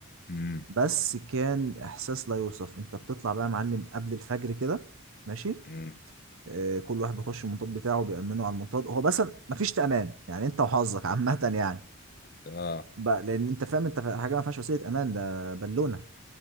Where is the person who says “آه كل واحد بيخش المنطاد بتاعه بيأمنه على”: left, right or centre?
Right